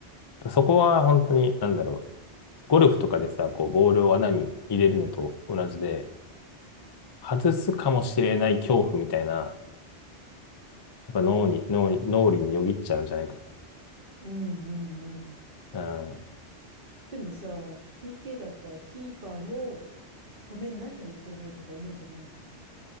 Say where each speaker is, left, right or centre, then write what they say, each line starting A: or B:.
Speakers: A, on the left (about 40°); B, on the right (about 45°).
A: そこは本当に、なんだろゴルフとかでさ、こう、ボールを穴に入れるのと同じで、外すかもしれない恐怖みたいな、
B: うん、
A: やっぱ脳に、脳に、脳裏によぎっちゃうんじゃないか
B: うん、うん、うん。
A: な。うん。
B: でもさ、PK だったらキーパーも止めなきゃいけないとか思うんじゃないの